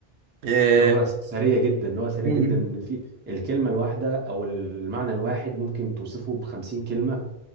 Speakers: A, on the right; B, on the right.
A: اه
B: لغة سريع جدا لغة سريع
A: م-
B: جدا
A: م.
B: في الكلمة الواحدة أو المعنى الواحد ممكن توصفه بخمسين كلمة